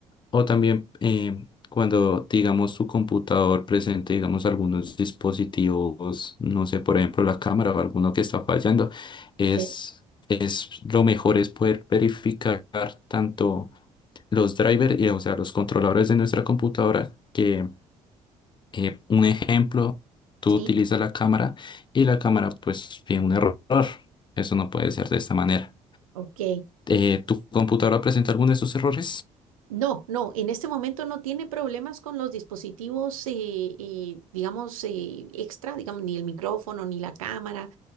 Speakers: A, on the left; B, on the right.
A: O también eh, cuando, digamos, tu computador presente, digamos, algunos dispositivos, no sé, por ejemplo, la cámara o alguno que está fallando, es,
B: ok,
A: es lo mejor es poder verificar tanto los drivers, y, o sea, los controladores de nuestra computadora que eh, un ejemplo, tú
B: sí,
A: utilizas la cámara y la cámara pues tiene un error. Eso no puede ser de esta manera.
B: ok.
A: Eh, ¿tu computadora presenta alguno de esos errores?
B: No, no, en este momento no tiene problemas con los dispositivos, eh, eh, digamos, eh, extra, digamos, ni el micrófono, ni la cámara.